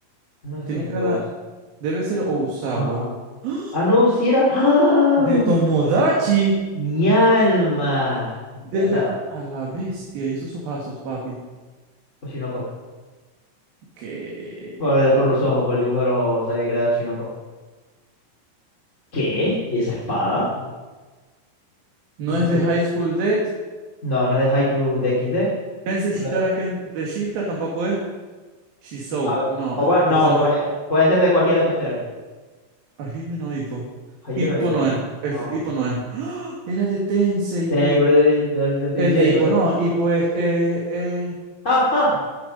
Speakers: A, on the left; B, on the right.
A: Uno de estos
B: Tiene cara.
A: dos.
B: Debe ser Osawa.
A: Ah,
B: ¡Ah!
A: ah no, si era. ¡Ah!
B: De Tomodachi.
A: Mi alma.
B: Desde
A: ¿Verdad?
B: cu- a la bestia y esos ojazos, papi.
A: Oshinoko.
B: Que
A: Por, por los ojos, por el dibujo de los ojos, sabía que era de Oshinoko. ¿Qué? ¿Y esa espada?
B: no
A: ¿Y esa
B: es de High School Dead.
A: No, no es de Haikyuu de XD.
B: Tensei Shitara
A: de lo ta-
B: Ken de Shita tampoco es. Shisou.
A: a ver,
B: No,
A: o
B: eh,
A: bueno, no,
B: esto no
A: puede,
B: es.
A: puede ser de cualquiera de estos tres.
B: Hajime no Ippo.
A: Haikyuu
B: Ippo
A: no Ippo.
B: no es. Esto,
A: No.
B: Ippo no es. ¡Ah! Era de Tensei,
A: Sí,
B: men.
A: por eso, di- por eso te estoy
B: El
A: diciendo
B: de Ippo
A: que...
B: no. Ippo es. Eh, eh,
A: ¡Ah, ah!